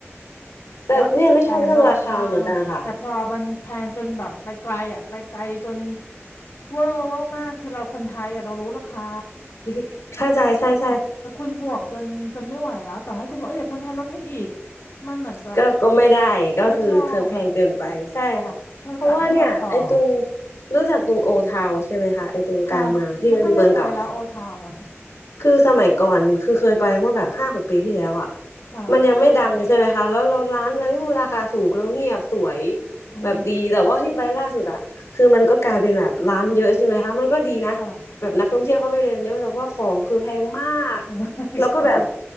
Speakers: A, on the left (about 65°); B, on the left (about 90°).
A: ำแล้วราคาแพงก็รับได้
B: แต่เนี่ยไม่ชอบเรื่องราคาเหมือนกันค่ะ
A: แต่พอมันแพงจนแบบไปไกลอ่ะไปไกลจนเวอร์เวอร์มากคือเราคนไทยอ่ะเรารู้ราคา
B: <laughs> เข้าใจใช่ใช่
A: แต่คุณแต่คุณบวกจนจนไม่ไหวแล้วต่อให้คุณบอกเอ้ยเดี๋ยวคนไทยลดให้อีกมันเหมือนกับ
B: ก็ก็ไม่ได้ก็คือเธอแพงเกินไปใช่ค่ะเพราะว่าเนี่ยไอ้ตรง
A: ไม่ชอบ <laughs> เธอกะให้เราต่อ
B: รู้จักตรงโอทาวใช่ไหมคะไอ้ตรงกลางเมืองที่เป็นเมืองเก่า
A: ค่ะไม่ค่อยได้ไปแล้วโอทาวเนาะ
B: คือสมัยก่อนคือเคยไปเมื่อแบบห้าหกปีที่แล้วอ่ะ
A: ค่ะ
B: มันยังไม่ดังใช่ไหมคะแล้วเราร้านอะไรก็คือราคาถูกแล้วเงียบสวย
A: อืม
B: แบบดีแต่ว่าที่ไปล่าสุดอ่ะคือมันก็กลายเป็นแบบร้านเยอะใช่ไหมคะมันก็ดีนะแบบนักท่องเที่ยวเข้าไปเดินเยอะแต่ว่าของคือแพงมาก
A: ค่ะ <laughs> อย่างมากใช่
B: แล้วก็แบบ